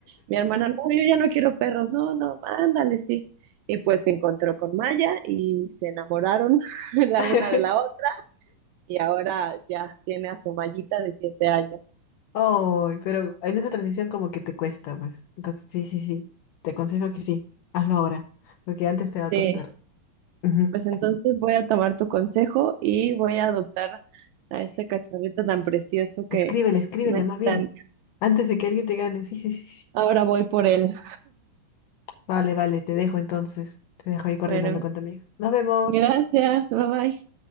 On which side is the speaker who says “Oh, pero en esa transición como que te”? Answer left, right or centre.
Left